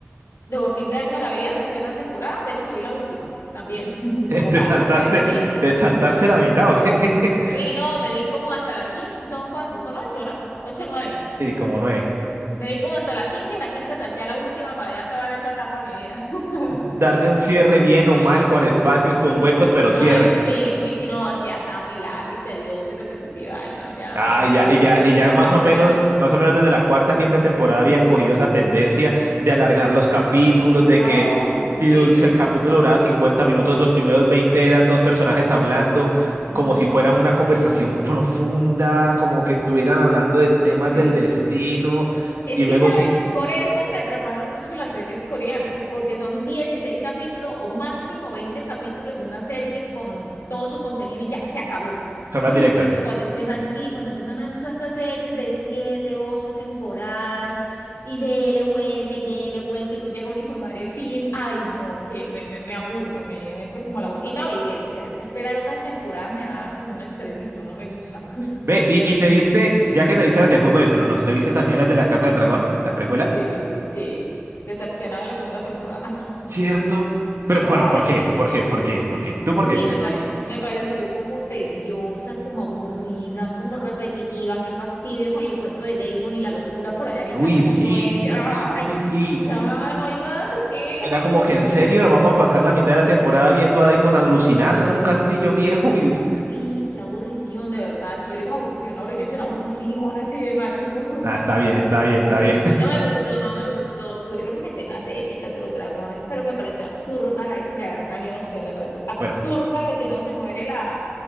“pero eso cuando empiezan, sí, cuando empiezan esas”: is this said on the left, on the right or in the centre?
Left